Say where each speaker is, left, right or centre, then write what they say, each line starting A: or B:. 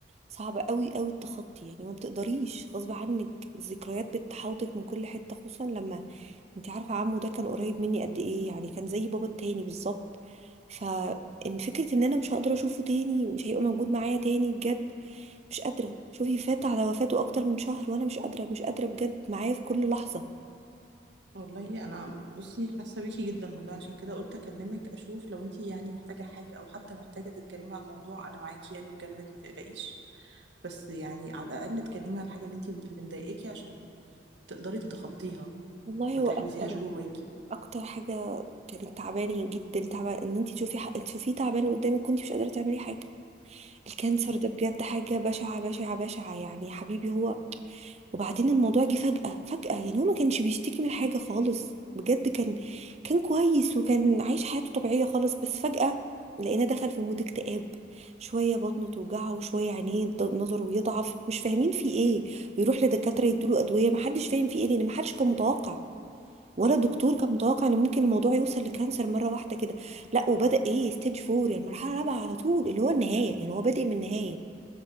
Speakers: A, on the right; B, on the right.
A: صعبة قوي قوي التخطي يعني ما بتقدريش غصب عنك الذكريات بتحاوطك من كل حتة خصوصا لما انت عارفة عمو ده كان قريب مني قد ايه يعني كان زي بابا التاني بالظبط فان فكرة ان انا مش هقدر اشوفه تاني مش هيبقى موجود معايا تاني بجد مش قادرة شوفي فات على وفاته اكتر من شهر وانا مش قادرة مش قادرة بجد معايا في كل لحظة
B: والله انا بصي حاسة بيكي جدا والله عشان كده قلت اكلمك اشوف لو انتي يعني محتاجة حاجة او حتى محتاجة تتكلمي عن موضوع انا معاكي يعني وجنبك ما تقلقيش بس يعني على الاقل اتكلمي على الحاجة اللي انتي اللي مضايقاكي عشان تقدري تتخطيها
A: والله
B: ما
A: هو
B: تحبسيهاش
A: أكتر
B: جواكي
A: اكتر حاجه كانت تعباني جدا تعبان ان انت تشوفي ح... تشوفيه تعبان قدامك كنت مش قادره تعملي حاجه الكانسر
B: اه
A: ده بجد حاجه بشعه بشعه بشعه يعني يا حبيبي هو وبعدين الموضوع جه فجاه فجاه يعني هو ما كانش بيشتكي من حاجه خالص بجد كان كان كويس وكان عايش حياته طبيعيه خالص بس فجاه لقينا دخل في مود اكتئاب شويه بطنه توجعه وشويه عينيه ض- نظره بيضعف مش فاهمين في ايه ويروح لدكاتره يدوله ادويه ما حدش فاهم في ايه لان ما حدش كان متوقع ولا الدكتور كان متوقع ان ممكن الموضوع يوصل لكانسر مره واحده كده لا وبدا ايه ستيج فور يعني مرحله رابعه على طول اللي هو النهايه يعني هو بادئ من النهايه